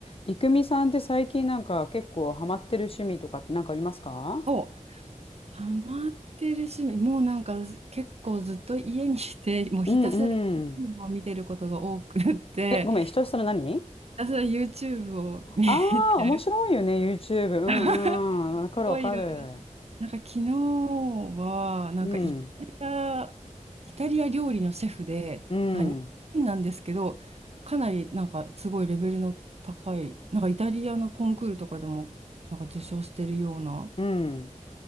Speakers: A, on the left; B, on the right.
A: いくみさんって最近なんか結構ハマってる趣味とかってなんかありますか
B: お、ハマってる趣味、もうなんか結構ずっと家にいて、<laughs> もうひたすら
A: うんうん。
B: YouTube を見てることが多くって、
A: え、ごめん、
B: ひ
A: ひとしさの何
B: たすら YouTube を見てる。
A: ああー、面白いよね、YouTube。うん
B: <laughs>
A: うん。わかるわかる。
B: すごいいろいろ。なんか昨日は、なんかイタリア、
A: うん、
B: イタリア料理のシェフで、
A: うん、
B: なんか日本人なんですけど、かなりなんかすごいレベルの高い、なんかイタリアのコンクールとかでもなんか受賞してるような
A: うん、